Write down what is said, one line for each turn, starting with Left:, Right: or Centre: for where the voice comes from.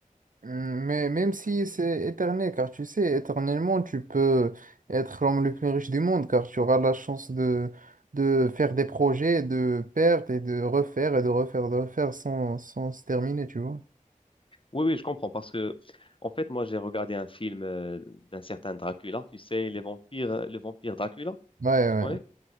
Right: Hum, Mais même si c'est éternel, car tu sais, éternellement, tu peux être l'homme le plus riche du monde, car tu auras la chance de, de faire des projets, de perdre et de refaire et de refaire, de refaire sans, sans se terminer, tu vois.
Left: Oui, oui, je comprends parce que, en fait, moi, j'ai regardé un film euh, d'un certain Dracula. Tu sais, les vampires, euh, le vampire Dracula,
Right: Ouais,
Left: tu
Right: ouais.
Left: connais?